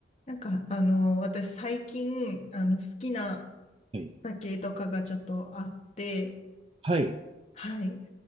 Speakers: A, on the left (about 35°); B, on the right (about 30°).
A: なんか、あの、私最近、あの、好きな
B: はい。
A: 酒とかがちょっとあって、
B: はい。
A: はい。